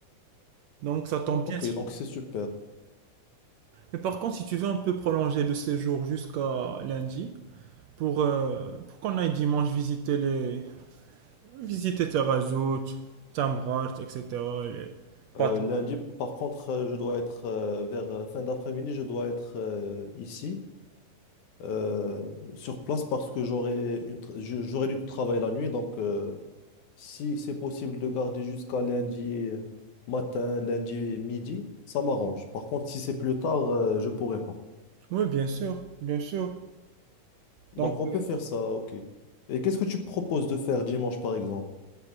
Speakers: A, on the right (about 75°); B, on the left (about 70°).
A: Donc ça tombe
B: Ok,
A: bien si.
B: donc c'est super.
A: Mais par contre, si tu veux, on peut prolonger le séjour jusqu'à lundi pour, euh, pour qu'on aille dimanche visiter les visiter Terazout, Tamrat, etc. les patrons.
B: Euh, lundi, par contre, euh, je dois être euh, vers euh, fin d'après-midi, je dois être euh, ici, euh, sur place, parce que j'aurai une tra- je- j'aurai du travail la nuit. Donc, euh, si c'est possible de garder jusqu'à lundi euh, matin, lundi midi, ça m'arrange. Par contre, si c'est plus tard, euh, je pourrai pas.
A: Oui, bien sûr, bien sûr.
B: Donc,
A: Donc
B: on
A: euh,
B: peut faire ça, ok. Et qu'est-ce que tu proposes de faire dimanche, par exemple?